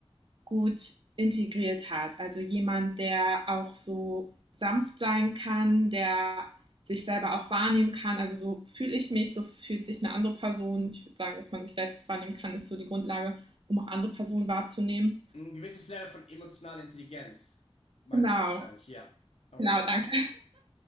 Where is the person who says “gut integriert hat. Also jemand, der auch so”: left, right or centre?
Right